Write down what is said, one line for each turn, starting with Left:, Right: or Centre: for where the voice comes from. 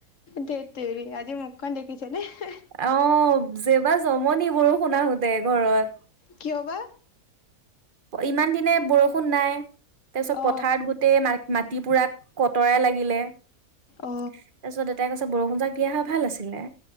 Left: ধেত তেৰি আজি মুখখন দেখিছেনে?
Right: আহ জেবা জম নি গৰু শুনা সুতে ঘৰত
Left: কিয়বা?
Right: ইমান দিনে বৰষুণ নাই। তাৰ পিছত
Left: অ
Right: পথাৰত গোটেই মা মাটি পোৰাক কতৰাই লাগিলে। তাৰপিছত
Left: অ
Right: দেউতাই কৈছে বৰষু বৰু যাক দিয়া হয় ভাল আছিলে।